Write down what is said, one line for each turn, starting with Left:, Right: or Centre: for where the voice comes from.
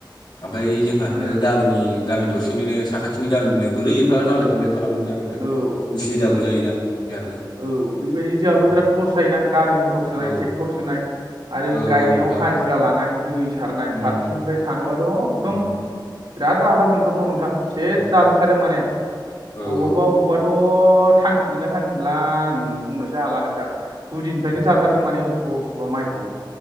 Left: आमफाय जोंहा
Right: बिदिनो
Left: गामिनि गामि दरसेनिनो साखाथिनि गामिनिनो बोरै एफा नांलाय खमलाय खालामनो ना नोंथां
Right: औ
Left: उसुबिदाखौ जायोना जोंहाबो
Right: औ बेबायदि जोंआबो
Left: औ
Right: बिराद लस जायोना गारि मथर सोनाय
Left: औ
Right: टेक्टर सोनाय आरो
Left: औ
Right: गायनायाव
Left: औ नोंथां
Right: हाजिरा लानाय दै सारनाय
Left: उम
Right: फारसेनिफ्राय सानोबाथ' एकदम
Left: उम
Right: बिराद रागा जोंथावथाव' नोंथां सेस
Left: उम
Right: जाजोबखादों माने
Left: औ
Right: अबावबा
Left: औ औ
Right: अबावबा थ' थांफिनगोन ना थांफिनला आं बुंनोसो हाला नोंथां गुदिनिफ्रायनो
Left: उम
Right: जाथारदों माने अबेखौबा अबेखौबा माइखौहाय